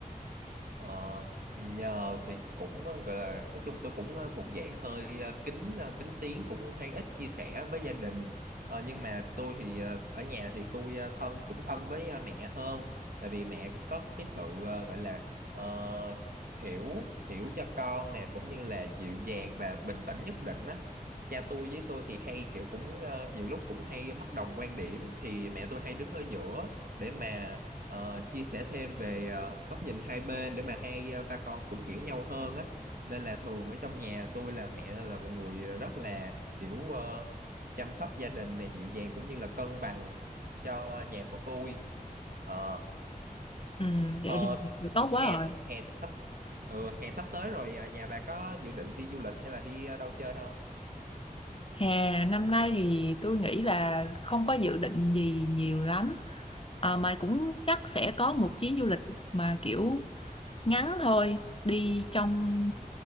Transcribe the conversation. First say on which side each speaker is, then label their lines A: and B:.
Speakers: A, on the right (about 75°); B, on the left (about 40°).
A: Ờ, nhờ thì cũng, ơ, gọi là, nói chung tôi cũng, ơ, thuộc dạng hơi, ơ, kín, ơ, kín tiếng, cũng hay ít chia sẻ với gia đình. Ờ, nhưng mà tôi thì, ờ, ở nhà thì tôi ơ, thân cũng thân với, a, mẹ hơn, tại vì mẹ có cái sự, ờ, gọi là, ờ, hiểu hiểu cho con nè, cũng như là dịu dàng và bình tĩnh nhất định á. Cha tôi với tôi thì hay, kiểu, cũng, ơ, nhiều lúc cũng hay bất đồng quan điểm, thì mẹ tôi hay đứng ở giữa để mà Ờ, chia sẻ thêm về, ờ, góc nhìn hai bên để mà hai, a, ba con cũng hiểu nhau hơn á. Nên là thường ở trong nhà tôi là mẹ là một người, ờ, rất là, kiểu, ờ, chăm sóc gia đình này dịu dàng cũng như là cân bằng cho nhà của tôi. Ờ,
B: Ừm, vậy
A: ờ,
B: thì được tốt quá
A: hè
B: rồi.
A: hè sắp ừ, hè sắp tới rồi, à, nhà bà có dự định đi du lịch hay là đi, a, đâu chơi không
B: Hè, năm nay thì tôi nghĩ là không có dự định gì nhiều lắm, ờ, mà cũng chắc sẽ có một chuyến du lịch mà, kiểu, ngắn thôi, đi trong